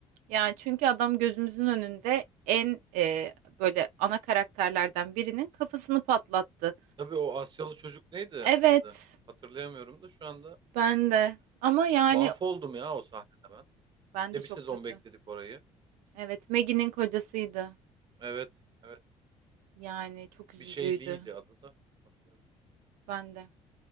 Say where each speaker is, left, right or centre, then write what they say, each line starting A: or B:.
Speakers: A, on the right; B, on the right.
A: Yani çünkü adam gözümüzün önünde en e, böyle ana karakterlerden birinin kafasını patlattı.
B: Tabii o Asyalı çocuk neydi
A: Evet.
B: adı? Hatırlayamıyorum da şu anda
A: Ben de. Ama yani
B: mahvoldum ya o sahnede ben.
A: ben
B: Bir
A: de
B: de
A: çok
B: bir sezon
A: kötü.
B: bekledik orayı.
A: Evet, Maggie'nin kocasıydı.
B: Evet evet.
A: Yani çok üzücüydü.
B: Bir şey Lee'ydi adı da. Hatırlamıyorum.
A: Ben de.